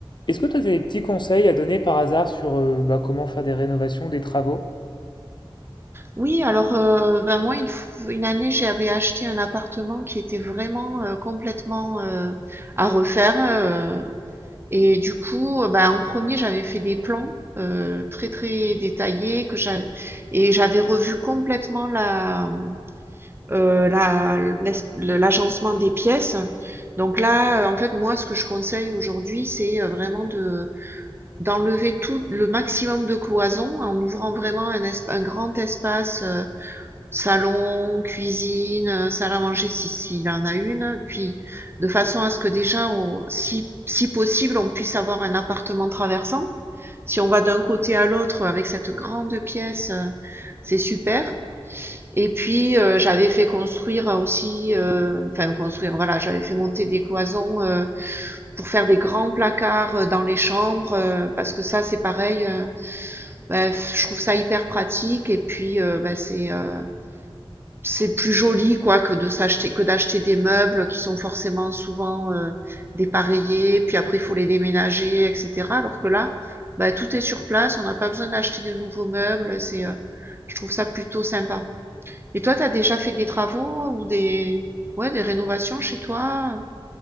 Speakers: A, on the left; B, on the right.
A: Est-ce que toi, tu as des petits conseils à donner par hasard sur euh, bah, comment faire des rénovations, des travaux?
B: Oui, alors euh, ben moi une, f- une année j'avais acheté un appartement qui était vraiment euh, complètement euh, à refaire euh, et du coup euh, ben, en premier j'avais fait des plans euh, très très détaillés que j'avais et j'avais revu complètement la euh, la l'es- le- l'agencement des pièces. Donc là euh, en fait moi ce que je conseille aujourd'hui c'est euh, vraiment de d'enlever tout le maximum de cloisons en ouvrant vraiment un, esp- un grand espace euh, Salon, cuisine, euh, salle à manger si s'il en a une, puis de façon à ce que déjà on si si possible, on puisse avoir un appartement traversant. Si on va d'un côté à l'autre avec cette grande pièce, euh, c'est super et puis, heu, j'avais fait construire aussi, heu, enfin construire, voilà, j'avais fait monter des cloisons, heu, pour faire des grands placards, euh, dans les chambres, heu, parce que ça, c'est pareil, heu, bah, je trouve ça hyper pratique et puis, heu, bah, c'est, heu c'est plus joli quoi que de s'acheter que d'acheter des meubles qui sont forcément souvent, heu, dépareillés, puis après il faut les déménager et cetera. Alors que là, bah, tout est sur place, on n'a pas besoin d'acheter de nouveaux meubles, c'est, heu, je trouve ça plutôt sympa. Et toi, tu as déjà fait des travaux ou des ouais, des rénovations chez toi, heu?